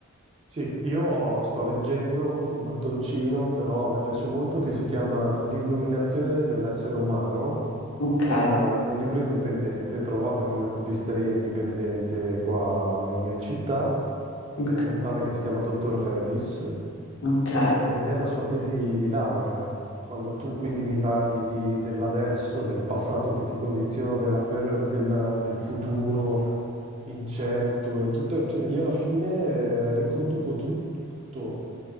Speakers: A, on the right; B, on the left.
A: Sì, io sto leggendo un mattoncino, però a me piace molto, che si chiama L'illuminazione dell'essere umano,
B: Ok,
A: eh, che è un libro indipendente, trovato in una copisteria indipendente qua nella mia città,
B: ok,
A: è di un tale che si chiama Dottor Rebis,
B: ok,
A: eh, ed è la sua tesi di laurea. Quando tu quindi mi parli di- dell'adesso, del passato che ti condiziona, della per- della- del futuro, incerto e tutto. cioè, Io alla fine eh, riconduco tutto